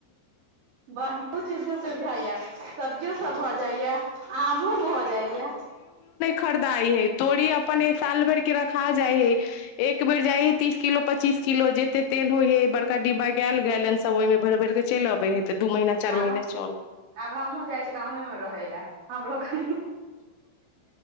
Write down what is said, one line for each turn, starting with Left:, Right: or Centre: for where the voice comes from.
Right: बा हियो चीज के सुविधा यैं, सब्जियो सब भऽ जाय यैं। आमो भऽ जाइ या।
Left: खरदाय हय तोडी़ अपन एक साल भरि के रखा जाय हय। एक बेर जाइ हय, तीस किलो पच्चीस किलो जेते तेल होइ हय बड़ का डिब्बा गैल गैलन सब, ओय मे भरि-भरि क चैल अबै हय त दू महिना चार
Right: आब
Left: महिना चलल।
Right: आब हमहुँ जाइ छियै गांवे मे रहै लए। हमरो कनि के